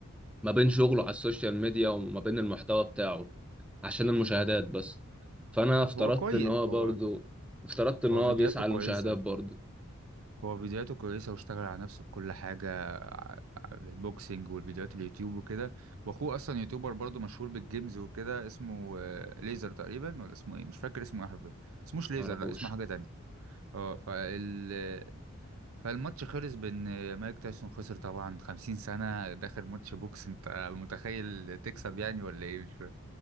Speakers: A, in the centre; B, on the right.
A: ما بين شغله على السوشيال ميديا وما بين المحتوى بتاعه عشان المشاهدات بس فانا افترضت
B: هو كويس
A: ان هو برضو
B: هو
A: افترضت ان
B: هو
A: هو
B: فيديوهاته
A: بيسعى للمشاهدات
B: كويسة
A: برضو
B: هو فيديوهاته كويسة واشتغل على نفسه في كل حاجة ع- ع- البوكسينج والفيديوهات اليوتيوب وكده واخوه اصلا يوتيوبر برضه مشهور بالجيمز وكده اسمه آه، ليزر تقريبا ولا اسمه ايه مش فاكر اسمه ايه حرفيا اسموش ليزر
A: معرفوش
B: لا اسمه حاجة تانية اه فال فالماتش خلص بان آه، مايك تايسون خسر طبعا 50 سنة داخل ماتش بوكس انت متخيل تكسب يعني ولا ايه مش فاهم